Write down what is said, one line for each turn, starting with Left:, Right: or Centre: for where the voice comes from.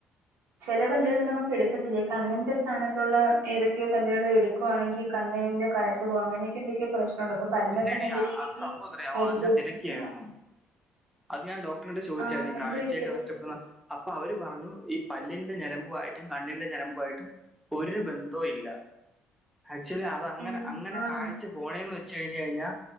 Right: ചെല പല്ലുകള് നമുക്ക് എടുക്കത്തില്ല കണ്ണിന്റെ സ്ഥാനത്തുള്ള ഏതൊക്കെയോ പല്ല്കള് എട് ക്കുവാണെങ്കി കണ്ണിന്റെ കാഴ്ചപോവും അനെയൊക്കെ എന്തൊക്കെ പ്രശ്ണ്ടണ്ട് അപ്പൊ പല്ലൊക്കെ
Centre: ഇല്ലടീ
Right: നല്ല രീതിക്ക്
Centre: അത് സംഭവം എന്താന്നറിയാവോ
Right: പരിശോധിച്ചിട്ട്
Centre: അത് ഞാൻ ഞാൻരക്കിയാരുന്നു അത് ഞാൻ ഡോക്ടറിനോട് ചോദിച്ചായിരുന്നു
Right: ആ
Centre: ഈ
Right: എന്ത്
Centre: കാഴ്ചയക്കെ
Right: പറ്റിയത്
Centre: നഷ്ടപ്പെടുന്ന അപ്പൊ അവര് പറഞ്ഞു ഈ പല്ലിന്റെ ഞരമ്പു ആയിട്ടും കണ്ണിന്റെ ഞരമ്പു ആയിട്ടും ഒരു ബന്ധവും ഇല്ല ആക്ച്വലി അതങ്ങനെ
Right: ഉം
Centre: അങ്ങനെ
Right: ആണോ
Centre: കാഴ്ച പോണേന്ന് വെ ച്ച് കഴിഞ്ഞ് കഴിഞ്ഞാ